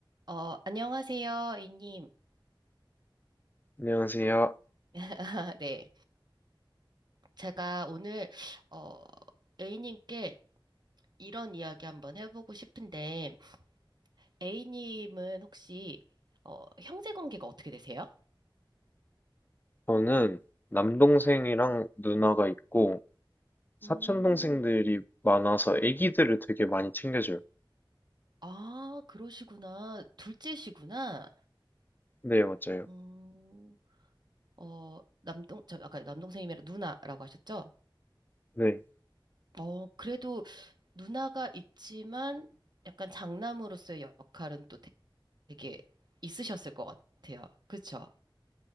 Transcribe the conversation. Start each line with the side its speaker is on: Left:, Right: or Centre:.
Right: 어, 안녕하세요, A님.
Left: 안녕하세요.
Right: <laughs> 네. 제가 오늘, 어, A님께 이런 이야기 한번 해보고 싶은데, A님은 혹시, 어, 형제 관계가 어떻게 되세요?
Left: 저는 남동생이랑 누나가 있고 사촌
Right: 음,
Left: 동생들이 많아서 아기들을 되게 많이 챙겨줘요.
Right: 아, 그러시구나. 둘째시구나.
Left: 네, 맞아요.
Right: 음, 어, 남동, 저 아까 남동생이면 누나라고 하셨죠?
Left: 네,
Right: 어, 그래도 누나가 있지만 약간 장남으로서의 역할은 또 되게 있으셨을 것 같아요. 그쵸?